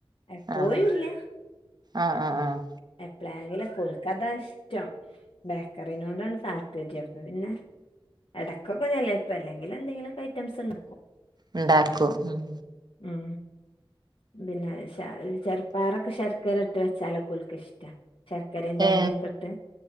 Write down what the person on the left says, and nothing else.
എപ്പോഴുയില്ല.
എപ്പളെങ്കിലൊക്കെ ഓൽക്കതാ ഇഷ്ടം. ബേക്കറിനോടാണ് താല്പര്യം, അപ്പൊ പിന്നെ ഇടക്കൊക്കെ ചെലപ്പോ അല്ലെങ്കിൽ എന്തെങ്കിലും ഐറ്റംസൊക്കെ ഉണ്ടാക്കും.
ഉം ഉം പിന്നെ ചെറുപയർയൊക്കെ ശർക്കര ഇട്ട് വച്ചാൽ ഓൾക്ക് ഇഷ്ട്ട ശർക്കരയും തേങ്ങയുംയൊക്കെ
ഇട്ട്